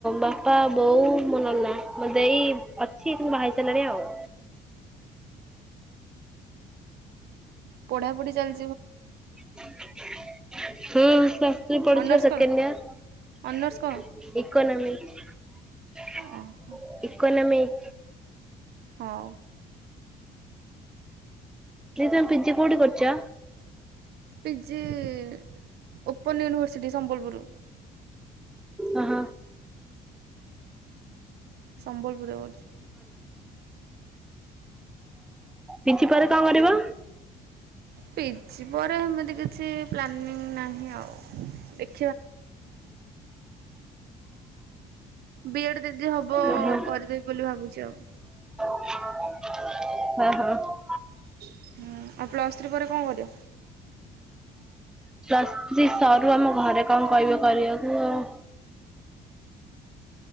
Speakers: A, in the centre; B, on the right (about 70°).
A: ବାପା, ବୋଉ ମୋ ନନା, ମୋ ଦେଇ ଅଛି। କିନ୍ତୁ ବାହାହେଇ ସାରିଲାଣି ଆଉ।
B: ପଢା ପଢି ଚାଲି
A: <inaudible> ହୁଁ, ତ। ପଢୁଛିପା
B: ଅନର୍ସ
A: ସେକେଣ୍ଡ
B: କଣ?
A: ଇୟର,
B: ଅନର୍ସ କଣ?
A: ଇକୋନମିକ,
B: ଓହୋ
A: ଇକୋନମିକ।
B: ହଁ।
A: ଦେଇ ତମେ ପିଜି କୋଉଠି କରୁଛ?
B: ପିଜି ଓପ। ଉପନୟନ ୟନିଭର୍ସିଟି ସମ୍ବଲପୁର।
A: ହ ହ।
B: ସମ୍ବଲପୁରରେ ଅଛୁ।
A: ପିଜି ପରେ କଣ କରିବ?
B: ପି ଜ୍। ପିଜି ପରେ ଏମିତି କିଛି ପ୍ଲାନିଂ ନାହିଁ ଆଉ। ଏକ। ବି ଏଡ୍ ଦିଦି ହବ
A: ଓହୋ
B: କରିଦେବି ବୋଲି ଭାବୁଛି ଆଉ।
A: ହୁଁ ହୁଁ।
B: ହୁଁ ଆଉ ପ୍ଲସ୍ ଥ୍ରୀ ପରେ କଣ କରିଅ?
A: ପ୍ଲସ ସ୍ତ୍ରୀ ସର୍। ୁ ଆମ ଘରେ କଣ କହିବେ କରିବାକୁ ଆଉ।